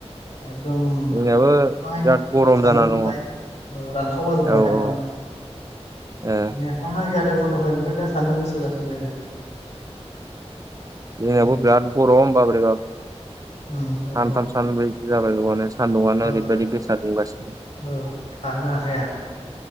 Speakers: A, on the left (about 75°); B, on the right (about 30°).
A: एकदम
B: जोंनियाबो
A: अखा
B: बिराद गरम
A: स <unintelligible>
B: जाना दङ
A: ओ रानखावला
B: औ
A: जोबबाय हाफ्रानो
B: औ
A: बिनो
B: ए
A: हा हां गो दहाय ओमफ्राय दा सानदुं गोसा जाफिनबाय आरो।
B: जोंनियावबो
A: बिनो
B: बिराद गरम बोरैबाब सानथाम
A: उम गरमा
B: सानब्रैसो जाबाय गोरमानो। सान्दुंआनो
A: औ
B: ओरैबायदि
A: जा
B: गोसा दुंगासिनो
A: औ थानोनो हाखाया।